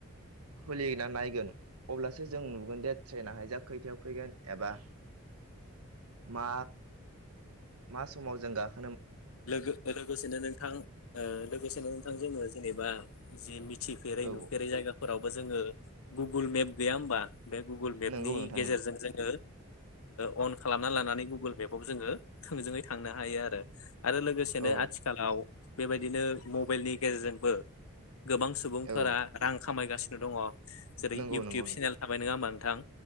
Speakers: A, on the right; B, on the left.
A: खुलिना नायगोन अब्लासो जों नुगोन जे ट्रेनाहाय जा खैथायाव फैगोन एबा
B: <inaudible>
A: मा? मा समाव जों गाखोगोन।
B: लोगो लोगोसेनो नोंथां लोगोसेनो नोंथां जोङो जेनेबा जे मिथिफेर रै
A: औ
B: नुफेरै
A: औ
B: जायगाफोरावबो जोङो गुगोल मेप गैया होमबाफाश्र बे गुगोल मेपनि
A: नंगौ नोंथां
B: गेजेरजों
A: नंगौ
B: जोङो ओ अन खालामना लानानै गुगोल मेपाव जोङो थोंजोङै थांनो हायो आरो। आरो लोगोसेनो
A: औ
B: आथिखालाव बेबायदिनो मबाइलनि गेजेरजोंबो गोबां सुबुंफोरा
A: औ
B: रां खामायगासिनो दङ। जेरै
A: नंगौ
B: इउटुब
A: नंगौ
B: चेनेल थाबाय नङा होमा नोंथां